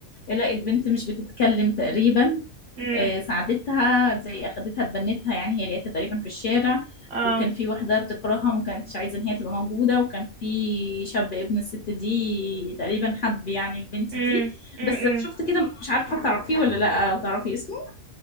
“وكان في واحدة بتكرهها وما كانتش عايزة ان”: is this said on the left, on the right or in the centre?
Left